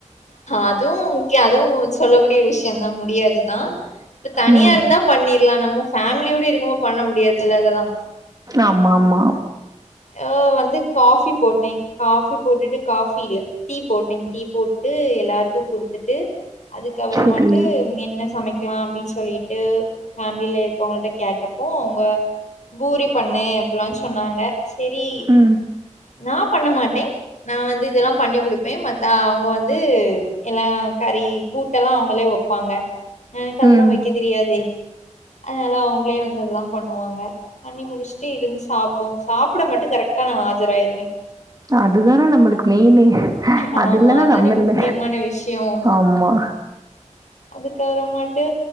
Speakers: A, on the left (about 70°); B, on the right (about 30°).
A: அதுவு கே அதுவு சொல்லக்கூடிய விஷயம்தா முடியாதுதா இப்ப தனியா
B: ம்
A: இருந்தா இருக்லா நம்ம ஃபேமிலியோட இருக்கமோ பண்ண முடியாதுல்ல அதெல்லா
B: ஆமா ஆமா
A: அ வந்து காஃபி போட்டே காபி போட்டுட்டு காஃபி இல்ல டீ போட்டே டீ போட்டு எல்லாருக்கு குடுத்துட்டு அதுக்கப்புறமட்டு
B: செரி
A: என்ன சமைக்கலா அப்டின்னு சொல்லிட்டு ஃபேமிலியில இருக்கவங்கள்ட்ட கேட்டப்போ அவங்க பூரி பண்ணு அப்டில்லா சொன்னாங்க சேரி
B: ம்
A: நா பண்ண மாட்டே நா வந்து இதெல்லா பண்ணி குடுப்பே மத் அவங்க வந்து எல்லா கறி கூட்டு எல்லா அவங்களே வைப்பாங்க எனக்கு அதெல்லா
B: ம்
A: வைக்க தெரியாதே அதனால அவங்களே வந்து அதெல்லா பண்ணுவாங்க பண்ணி முடிச்சுட்டு இருந்துச் சாப்புடுவோ சாப்ட மட்டு கரெக்டா நா ஆஜராயிருவே
B: அதுதானே நம்மளுக்கு மெயினே
A: ஆமா
B: அது இல்லன்னா
A: அதானே
B: நம்ம
A: முக்கியமான
B: இல்ல.
A: விஷயோ
B: ஆமா.
A: அது உக்காரமாட்டு